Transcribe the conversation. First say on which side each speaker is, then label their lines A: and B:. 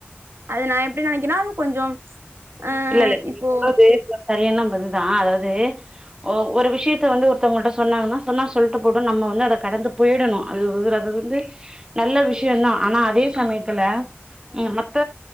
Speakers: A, on the right; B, on the right.
A: அது நா எப்டி நெனைக்கன்னா அது கொஞ்சோ ஆ
B: இல்ல இல்ல நீங்க
A: இப்போ
B: சொல்றது <inaudible> செரியான பதில்தா அதாவது ஒரு விஷயத்த வந்து ஒருத்தவங்கள்ட்ட சொன்னாங்கன்னா சொன்னால் சொல்ட்டு போட்டு நம்ம வந்து அத கடந்து போயிடணு அது வந்து அது வந்து நல்ல விஷயந்தா ஆனா அதே சமயத்துல ம் மத்த